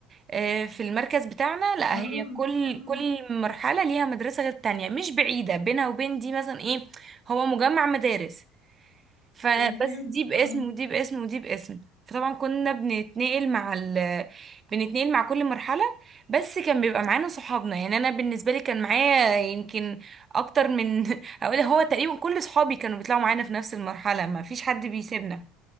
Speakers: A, on the right (about 35°); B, on the left (about 70°).
A: آه، في المركز بتاعنا لا
B: اه
A: هي كل
B: اه
A: كل مرحلة ليها مدرسة غير التانية مش بعيدة بينها وبين دي مثلا ايه هو مجمع مدارس فبس
B: فهمت
A: دي باسم
B: اه
A: ودي باسم ودي باسم فطبعا كنا بنتنقل مع ال... بنتنقل مع كل مرحلة بس كان بيبقى معانا صحابنا يعني انا بالنسبة لي كان معايا يمكن اكتر من <laughs> اقول هو تقريبا كل صحابي كانوا بيطلعوا معانا في نفس المرحلة ما فيش حد بيسيبنا